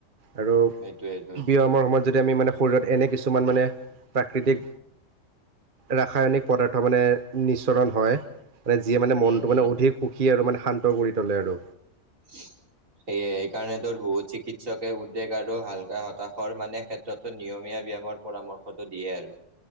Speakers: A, on the right; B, on the right.
A: আৰু
B: সেইটোয়ে তোৰ
A: ব্যায়ামৰ সময়ত যদি আমি মানে শৰীৰত এনে কিছুমান মানে প্ৰাকৃতিক ৰাসায়নিক পদাৰ্থ মানে নিচৰণ হয়, মানে যি মানে মনটো
B: উম উম
A: মানে অধিক সুখী আৰু মানে শান্ত কৰি তোলে আৰু।
B: উ <unintelligible> সেয়ে সেই কাৰণে তোৰ বহুত চিকিৎসকে উদ্বেগ আৰু হালকা হতাশৰ মানে ক্ষেত্ৰতো নিয়মীয়া ব্যায়ামৰ পৰামৰ্শটো দিয়ে আৰু।